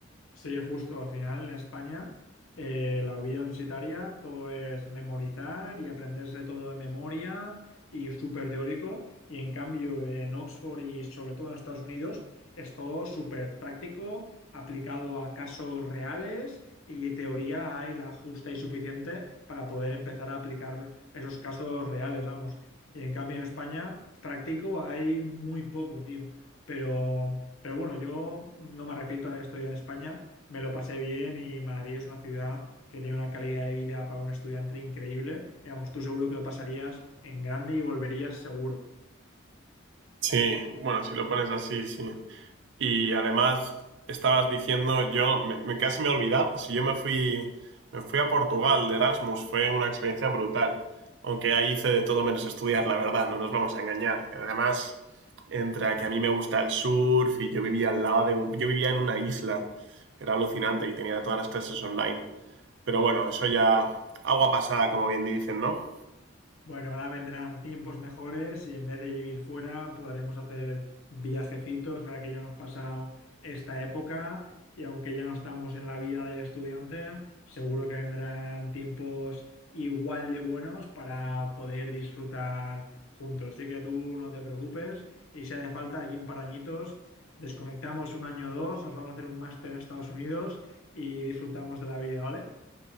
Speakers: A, on the left; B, on the right.
A: Sí, justo al final en España eh, la vida universitaria todo es memorizar y aprenderse todo de memoria y súper teórico y en cambio en Oxford y sobre todo en Estados Unidos es todo súper práctico, aplicado a casos reales y teoría hay la justa y suficiente para poder empezar a aplicar esos casos reales, vamos. Y en cambio en España práctico hay muy poco, tío. Pero, pero bueno, yo no me arrepiento de haber estudiado en España me lo pasé bien y Madrid es una ciudad que tiene una calidad de vida para un estudiante increíble. Y vamos, tú seguro que lo pasarías en grande y volverías seguro.
B: Sí, bueno, si lo pones así, sí. Y además, estabas diciendo, yo me, me- casi me he olvidado, si yo me fui, me fui a Portugal de Erasmus, fue una experiencia brutal. Aunque ahí hice de todo menos estudiar, la verdad, no nos vamos a engañar. Además, entre que a mí me gusta el surf y yo vivía al lado de un- yo vivía en una isla, era alucinante y tenía todas las clases online. Pero bueno, eso ya agua pasada, como bien dicen, ¿no?
A: Bueno, ahora vendrán tiempos mejores y en vez de vivir fuera podremos hacer viajecitos ahora que ya hemos pasado esta época y aunque ya no estamos en la vida del estudiante, seguro que vendrán tiempos igual de buenos para poder disfrutar juntos. Así que tú no te preocupes y si hace falta, allí un par de añitos, desconectamos un año o dos, nos vamos a hacer un máster a Estados Unidos y disfrutamos de la vida, ¿vale?